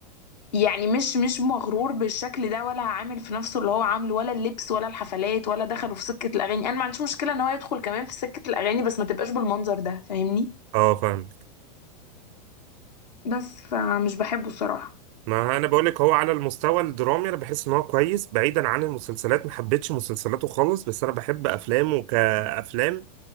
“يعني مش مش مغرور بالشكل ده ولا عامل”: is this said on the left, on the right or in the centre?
Left